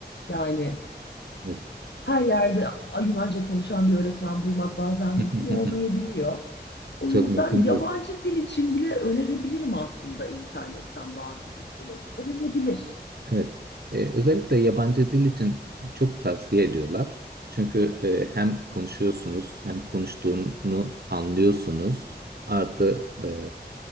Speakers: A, on the left; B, on the right.
A: Yani
B: Evet.
A: her yerde Yunanca konuşan bir öğretmen bulmak bazen mümkün
B: <laughs>
A: olmayabiliyor. O
B: Çok
A: yüzden
B: mümkün
A: yabancı
B: değil.
A: dil için bile önerebilirim aslında internetten bazı videoları. Denenebilir.
B: Evet. E, özellikle yabancı dil için çok tavsiye ediyorlar. Çünkü e, hem konuşuyorsunuz hem konuştuğunu anlıyorsunuz. Artı e,